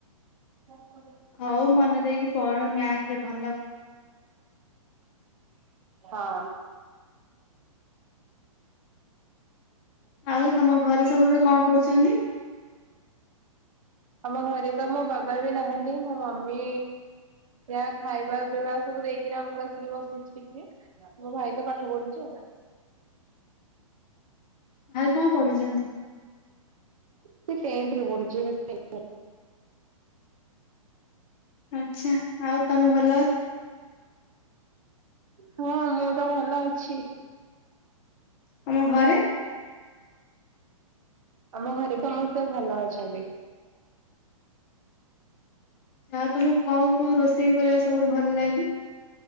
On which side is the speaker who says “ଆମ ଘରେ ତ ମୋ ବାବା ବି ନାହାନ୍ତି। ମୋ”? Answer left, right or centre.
Right